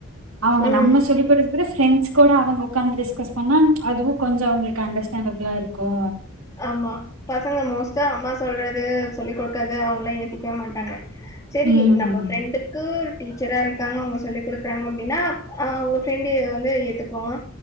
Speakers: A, on the right; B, on the left.
A: அவுங்க
B: ம்.
A: நம்ம சொல்லி குடு அப்பற ஃப்ரெண்ட்ஸ் கூட அவங்க உக்காந்து டிஸ்கஸ் பண்ணா அதுவு கொஞ்ச அவுங்களுக் அண்டர்ஸ்டாண்டபிளா இருக்கு
B: ஆமா பசங்க மோஸ்ட்டா அம்மா சொல்றது சொல்லிக்‌ குடுக்கற்து அவுங்லா ஏத்திக்கவே மாட்டாங்க செரி
A: உம்
B: நம்ம ஃப்ரெண்டுக்கு ஒரு டீச்சரா இருக்காங்க அவுங்க சொல்லி குடுக்குறாங்க அப்டின்னா அவுங்க ஃப்ரெண்டு வந்து ஏத்துக்குவா